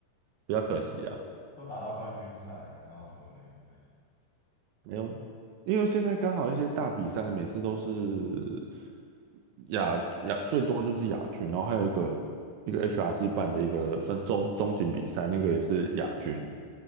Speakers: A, on the right; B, on the left.
A: 比较可惜啊。
B: 都打到冠军赛了，然后什么累不累？
A: 没有，因为现在刚好一些大比赛每次都是亚亚最多就是亚军，然后还有一个一个 HRC 办的一个算中中型比赛，那个也是亚军。